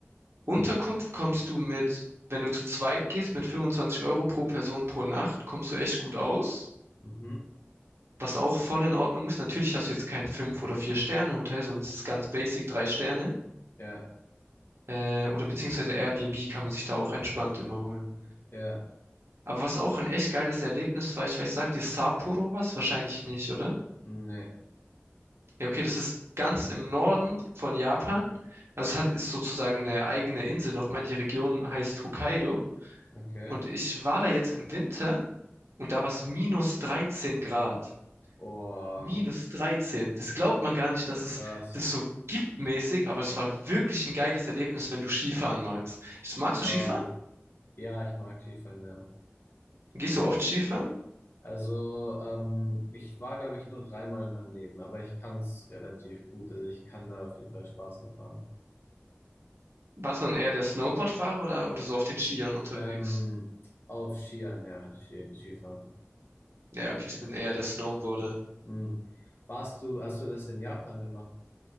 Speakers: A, on the right; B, on the left.
A: Unterkunft kommst du mit, wenn du zu zweit gehst, mit 25 Euro pro Person pro Nacht, kommst du echt gut aus.
B: mhm.
A: Was auch voll in Ordnung ist. Natürlich hast du jetzt kein fünf oder vier sterne hotel sondern es ist ganz basic, 3 Sterne.
B: Ja,
A: Äh, oder beziehungsweise Airbnb kann man sich da auch entspannt immer holen.
B: ja,
A: Aber was auch ein echt geiles Erlebnis war, ich weiß, sagt dir Sapporo was? Wahrscheinlich nicht, oder?
B: nee,
A: Ja, okay, das ist ganz im Norden von Japan. Also es hat, ist sozusagen eine eigene Insel nochmal. Die Region heißt Hokkaido.
B: okay.
A: Und ich war da jetzt im Winter und da war es minus 13 Grad.
B: Oh,
A: Minus 13. Das glaubt man gar nicht, dass es
B: krass.
A: das so gibt mäßig, aber es war wirklich ein geiles Erlebnis, wenn du Skifahren magst. Magst
B: Wow.
A: du Skifahren?
B: Ja, ich mag Skifahren, ja.
A: Gehst du oft Skifahren?
B: Also, ähm, ich war, glaube ich, nur dreimal in meinem Leben, aber ich kann es relativ gut. Also ich kann da auf jeden Fall Spaß mit haben.
A: Warst du dann eher der Snowboardfahrer oder, oder so auf den Skiern unterwegs?
B: Ähm, auf Skiern, ja, Ski, Skifahren.
A: Ja, okay, ich bin eher der Snowboarder.
B: Hm. Warst du, hast du das in Japan gemacht?